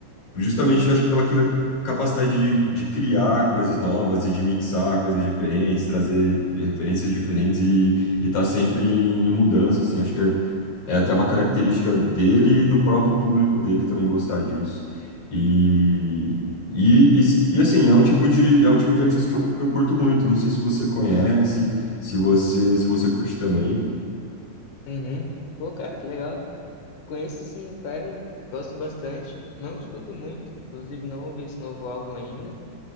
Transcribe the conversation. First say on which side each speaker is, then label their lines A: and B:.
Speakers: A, on the left; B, on the left.
A: Justamente, acho que pela aquela capacidade de, de criar coisas novas e de mixar coisas diferentes, trazer de- referências diferentes e, e tá sempre em mudança, assim, acho que é é até uma característica dele e do próprio público dele também gostar disso. E, e, e, e, assim, é um tipo de, é um tipo de artista que eu, que eu curto muito. Eu não sei se você conhece, se você, se você curte também.
B: Uhum. Pô, cara, que legal. Conheço sim o Tyler, gosto bastante. Não escuto muito, inclusive não ouvi esse novo álbum ainda,